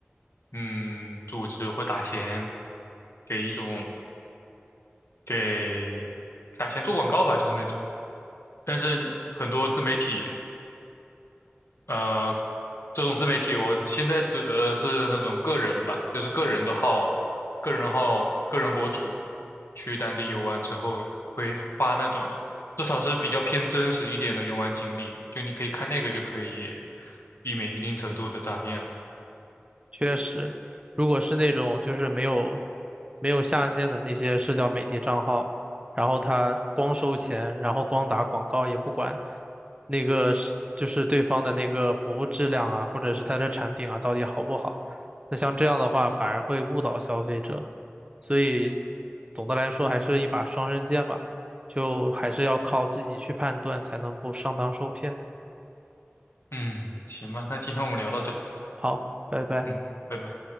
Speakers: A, on the left; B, on the right.
A: 嗯组织会打钱给一种给打钱做广告吧，就是那种。但是你很多自媒体，呃，这种自媒体，我现在指的是那种个人吧，就是个人的号、个人号、个人博主，去当地游玩之后会发那种，至少是比较偏真实一点的游玩经历，就你可以看那个就可以避免一定程度的诈骗了。
B: 确实，如果是那种就是没有没有下线的那些社交媒体账号，然后他光收钱，然后光打广告也不管那个是就是对方的那个服务质量啊，或者是他的产品啊到底好不好，那像这样的话反而会误导消费者，所以总的来说还是一把双刃剑吧，就还是要靠自己去判断才能不上当受骗。
A: 嗯，行吧，那今天我们聊到这，
B: 好，拜拜。
A: 嗯，拜拜。